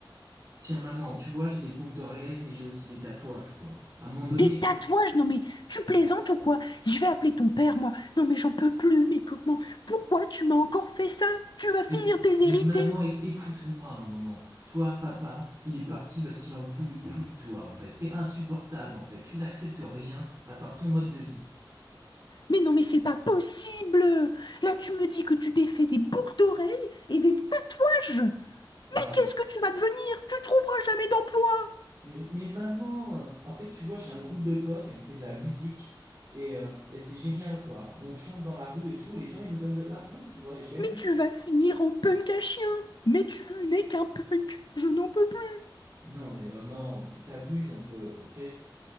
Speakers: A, on the right (about 45°); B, on the left (about 60°).
A: tiens, maman, tu vois, j'ai des boucles d'oreilles, mais j'ai aussi des tatouages, quoi. À un moment donné,
B: Des tatouages? Non mais tu plaisantes ou quoi? Je vais appeler ton père, moi. Non mais j'en peux plus, mais comment? Pourquoi tu m'as encore fait ça? Tu vas finir
A: Mais,
B: déshéritée.
A: mais maman, é- écoute-moi un moment. Toi, papa, il est parti parce qu'il en pouvait plus de toi, en fait. T'es insupportable, en fait. Tu n'acceptes rien à part ton mode de vie.
B: Mais non mais c'est pas possible! Là tu me dis que tu t'es fait des boucles d'oreilles et des tatouages!
A: Ouais.
B: Mais qu'est-ce que tu vas devenir? Tu trouveras jamais d'emploi!
A: Mais, mais maman, euh, en fait, tu vois, j'ai un groupe de potes et on fait de la musique. Et, euh, et c'est génial, quoi. On chante dans la rue et tout. Les gens, ils nous donnent de l'argent, tu vois, et je gagne
B: Mais
A: de
B: tu
A: l'argent.
B: vas finir en punk à chien! Mais tu n'es qu'un punk! Je n'en peux plus!
A: Non, mais euh, maman, t- t'abuses un peu, ok?